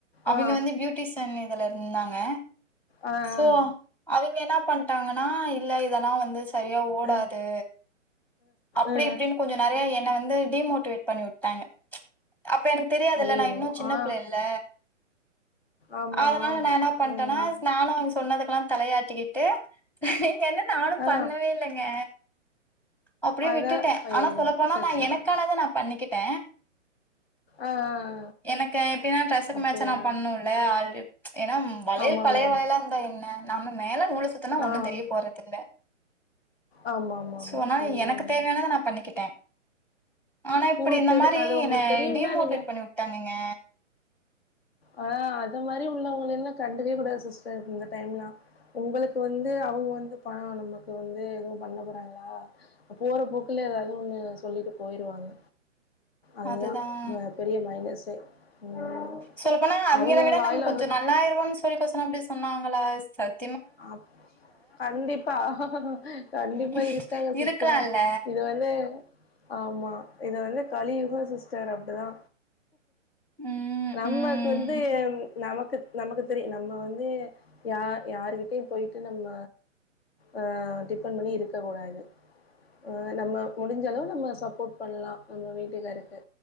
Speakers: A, in the centre; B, on the left.
A: அவிங்க
B: ஆ
A: வந்து பியூட்டிசன் இதுல இருந்தாங்க
B: ஆ ஆமா ஆ ஆ அ
A: சோ அவிங்க என்ன பண்ட்டாங்கன்னா இல்ல இதெல்லா வந்துச்சு சரியா ஓடாது
B: அ
A: அப்டி
B: அ
A: இப்டின்னு கொஞ்சோ நறைய என்ன வந்து டிமோட்டிவேட் பண்ணி உட்டாங்க அப்ப எனக்கு தெரியாதுல்ல
B: ஐயையோ
A: நா இன்னு சின்ன
B: ஆ
A: புள்ளேல்ல
B: ஆமா
A: அதனால நா என்ன பண்ட்டனா
B: ம்
A: நானு <unintelligible> சொன்னதுக்கெல்லா தலையாட்டிக்கிட்டு நீங்க என்ன நானு
B: ஆ
A: பண்ணவே இல்லேங்க அப்டியே
B: அதா
A: விட்டுட்ட
B: ஐயையோ
A: ஆனா சொல்லப்போனா
B: சரி
A: நா
B: சரி
A: எனக்கானத நா பண்ணிக்கிட்ட
B: ஆ ஆ ஆ
A: எனக்கு எப்டின்னா ட்ரெஸ்ஸுக்கு
B: அப்டியா
A: மேட்ச்சா நா பண்ணுல்ல ஆல்ரிப் ஏனா வளையல்
B: ஆமா
A: பழைய
B: ஆமா ஆமா
A: வளையலா இருந்தா என்ன நம் மேல நூலு சுத்துணா ஒன்னு
B: ஆ
A: தெரிய போறதில்ல
B: ஆமா, ஆமா, ஆமா.
A: சோ நா
B: ம்.
A: எனக்கு தேவையான அத நா பண்ணிக்கிட்டே ஆனா இப்டி
B: உங்களுக்கு
A: இந்த
B: தெரி
A: மாரி
B: அது உங்களுக்கு
A: என்ன
B: தெரியும்னா
A: டிமோட்டிவேட்
B: நீங்க
A: பண்ணி வுட்டுட்டாங்கங்க
B: ஆ அது மாரி உள்ளவங்கள எல்லா கண்டுக்கவே கூடாது சிஸ்டர் இந்த டைம்லா உங்களுக்கு வந்து அவுங்க வந்து பண நமக்கு வந்து எது பண்ண போறாங்ளா போற போக்குல ஏதாவது ஒண்ணு சொல்லிட்டு போய் ருவாங்க அதுதா
A: அதுதான்
B: அ பெரிய மைனஸ்ஸே ம்
A: சொல்ல போனா அவிங்கள
B: அவங்க
A: விட
B: வாயில
A: நம்ம கொஞ்ச
B: வர்றது
A: நல்லாயிருவோ சொல்லிக்க கொசன அப்டி சொன்னாங்ளா சத்
B: ஆ ப் கண்டிப்பா கண்டிப்பா
A: ம்.
B: இருக்கால சிஸ்
A: இருக்கலாம்ல.
B: இது இது வந்து ஆமா இது வந்து கலியுக சிஸ்டர் அப்டிதா
A: ம்,
B: நம்மக்
A: ம்.
B: வந்து நமக்குத் நமக்கு தெரியு நம்ம வந்து யார் யார்கி ட்டயு போயிட்டு நம்ம ஆ டிபெண்ட் பண்ணி இருக்க கூடாது ஆ நம்ம முடிஞ்ச அளவு நம்ம சப்போட் பண்லா நம்ம வீட்டுக்காருக்கு